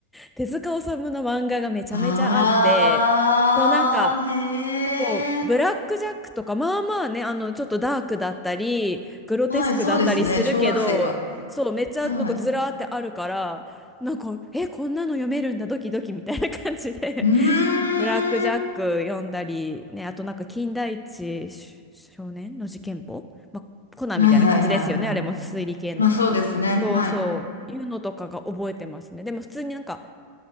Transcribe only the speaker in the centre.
手塚治虫の漫画がめちゃめちゃあって、
そうなんか、
そう、ブラック・ジャックとか、まあまあね、あの、ちょっとダークだったり、グロテスクだったりするけど、
そう、めっちゃなんかずらーってあるから、
なんか、え、こんなの読めるんだ、ドキドキみたいな感じで
<laughs> ブラック・ジャック読んだり、ね、あとなんか、金田一少年の事件簿、まあ、コナンみたいな感じですよね、
あれも推理系の。
そうそう、
いうのとかが覚えてますね。でも普通になんか、